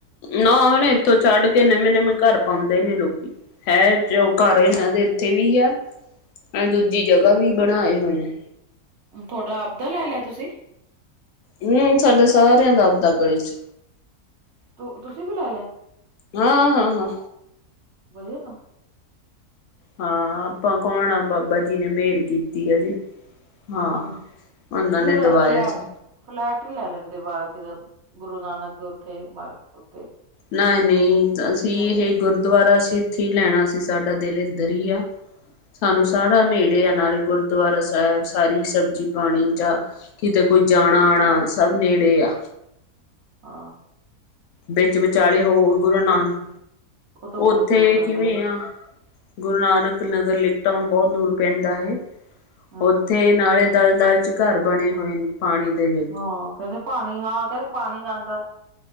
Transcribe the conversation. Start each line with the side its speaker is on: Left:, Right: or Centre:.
Left: ਨਾ ਹੁਣ ਇੱਥੋਂ ਛੱਡ ਕੇ, ਨਵੇਂ- ਨਵੇਂ ਘਰ ਪਾਉਂਦੇ ਨੇ ਲੋਕੀ, ਹੈ
Right: ਹਮ
Left: ਉਹ ਘਰ ਅ ਤਦ ਇੱਥੇ ਵੀ ਆ ਅਹ, ਦੂਜੀ ਜਗ੍ਹਾ ਵੀ ਬਣਾਏ ਹੋਏ ਨੇ,
Right: ਤੁਹਾਡਾ ਆਪਦਾ, ਲੈ ਲਿਆ ਤੁਸੀਂ?
Left: ਨਹੀ ਸਾਡੇ ਸਾਰਿਆਂ ਦਾ, ਆਪਦਾ ਗਲੀ ਚ
Right: ਤੂੰ ਤੁਸੀਂ ਵੀ ਲੈ ਲਿਆ,
Left: ਹਾਂ ਹਾਂ ਹਾਂ
Right: ਮਜੇ ਤਾਂ
Left: ਹਾਂ, ਆਪਾਂ ਕੌਣ ਆ ਬਾਬਾ ਜੀ ਨੇ, ਮੇਹਰ ਕੀਤੀ ਆ ਜੀ। ਹਾਂ
Right: ਹੂ
Left: ਉਹਨਾਂ
Right: ਫਲੈ-ਫਲੈਟ
Left: ਨੇ ਦਵਾਇਆ ਸੀ
Right: ਫਲੈਟ ਹੀ ਲੈ ਲੈਂਦੇ, ਬਾਹਰ ਕਿਤੇ ਗੁਰੂ ਨਾਨਕ ਉੱਥੇ ਮ ਉੱਥੇ
Left: ਨਹੀ -ਨਹੀਂ ਅਸੀਂ
Right: ਹਾਂ
Left: ਇਹ ਗੁਰਦੁਆਰਾ ਸੀ। ਉੱਥੇ ਹੀ ਲੈਣਾ ਸੀ। ਸਾਡਾ ਦਿਲ ਇੱਧਰ ਹੀ ਆ, ਸਾਨੂੰ ਸਾਰਾ ਨੇੜੇ ਆ ਨਾਲੇ ਗੁਰਦੁਆਰਾ ਸਾਹਿਬ, ਸਾਰੀ ਸਬਜ਼ੀ, ਪਾਣੀ ਜਾਂ ਕਿਤੇ ਕੋਈ, ਜਾਣਾ -ਆਉਣਾ ਸਭ ਨੇੜੇ ਆ
Right: ਆ
Left: ਵਿੱਚ ਵਿਚਾਲੇ ਹੋ, ਗੁਰੂ ਨਾਨਕ
Right: ਉਹ ਤਾਂ ਬਹੁਤ
Left: ਉੱਥੇ
Right: ਦੂਰ ਪੈਂਦਾ
Left: ਕਿਵੇਂ
Right: ਹੈ
Left: ਆ ਗੁਰੂ ਨਾਨਕ ਨਗਰ ਲੀਤਾ ਏ, ਹੁਣ ਬਹੁਤ ਦੂਰ, ਪੈਂਦਾ ਹੈ
Right: ਹਾਂ
Left: ਉੱਥੇ ਨਾਲੇ, ਦਲ -ਦਲ ਚ ਘਰ ਬਣੇ ਹੋਏ ਨੇ ਪਾਣੀ ਦੇ ਵੇ
Right: ਹਾਂ, ਕਹਿੰਦੇ ਪਾਣੀ ਹਾਂ, ਕਹਿੰਦੇ ਪਾਣੀ ਆਦਾ